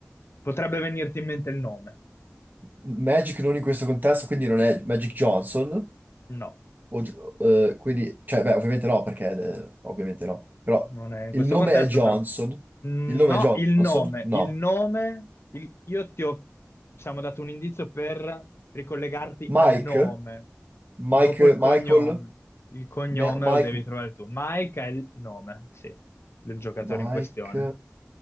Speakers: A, on the left (about 60°); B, on the right (about 40°).
A: potrebbe venirti in mente il nome.
B: Magic non in questo contesto, quindi non è Magic Johnson.
A: No.
B: O gi- eh, quindi, cioè, beh, ovviamente no, perché eh, ovviamente no. Però
A: non è in
B: il
A: questo
B: nome
A: contesto,
B: è Johnson.
A: però. Mm,
B: Il nome
A: No,
B: è Johnson?
A: il nome,
B: No.
A: il nome, il- io ti ho, diciamo, dato un indizio per ricollegarti
B: Mike?
A: al nome,
B: Mike,
A: dopo il cognome.
B: Michael?
A: Il cognome
B: Ma- Mike,
A: lo devi trovare tu. Mike è il nome, sì, del giocatore
B: Mike,
A: in questione.